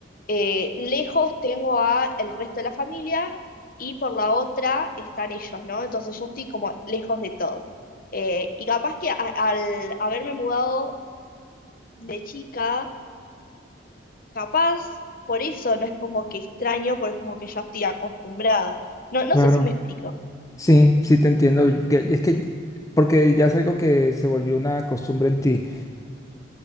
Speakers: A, on the left; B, on the left.
A: eh, lejos tengo a el resto de la familia y por la otra están ellos, ¿no? Entonces yo estoy como lejos de todos. Eh, y capaz que a- al haberme mudado de chica, capaz por eso no es como que extraño, porque es como que ya estoy acostumbrada. No, no
B: claro.
A: sé si me explico.
B: Sí, sí te entiendo. yo- que- Es que, porque ya es algo que se volvió una costumbre en ti.